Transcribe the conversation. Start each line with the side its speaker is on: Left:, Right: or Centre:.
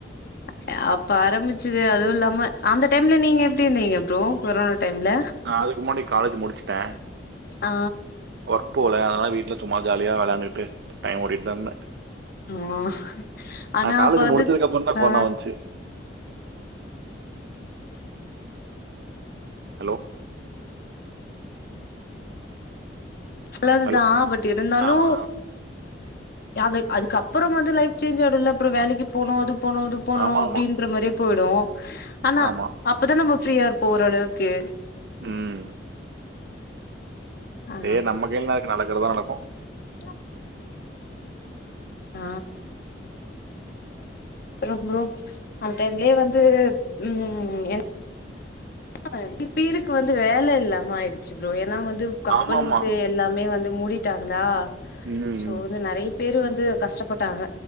Left: இப்ப ஆரம்பிச்சுது அதுவும் இல்லாம அந்த டைம்ல நீங்க எப்டி இருந்தீங்க ப்ரோ கொரோனா டைம்ல
Right: நான் அதுக்கு முன்னாடி காலேஜ் முடிச்சுட்டேன்
Left: ஆ
Right: ஒர்க்போல அதனால வீட்டில் சும்மா ஜாலியா விளாண்டுட்டு டைம்ஓட்டு தந்தே
Left: ஹ ஆனா
Right: காலேஜ்
Left: அப்ப வந்து
Right: முடிச்சதுக்கு அப்புறம் தான் கொரோனா
Left: ஆ
Right: வந்துச்சு ஹலோ
Left: நல்லதுதான்
Right: ஹலோ
Left: பட் இருந்தாலு
Right: ஆமா
Left: அவ அதுக்கப்பறம் வந்து லைஃப் சேஞ்ச் ஆய்டுல அப்பறம் வேலக்கு போனோம் அது போனும் இது போகணும்
Right: ஆமா
Left: அப்டின்ற
Right: ஆமா
Left: மாரி போய்டும் ஆனா
Right: ஆமா.
Left: அப்தான் நம்ம ஃப்ரீயா இரு போர அளவுக்கு
Right: ம்
Left: ஆ
Right: சே நம்ம கைல நடக்கறது தான் நடக்கும்
Left: <unintelligible> <inaudible> ஆ ரொம்ப அந்தடைம்லயே வந்து ம் என் ஹ இப்பருக்கு வந்து வேல இல்லாம ஆயிடுச்சு ப்ரோ ஏன்னா வந்து ம் கம்பெனிஸ்
Right: ஆமாமா.
Left: எல்லாமே வந்து மூடிட்டாங்களா
Right: ம். ம்.
Left: சோ வந்து நெறைய பேரு வந்து கஷ்டப்பட்டாங்க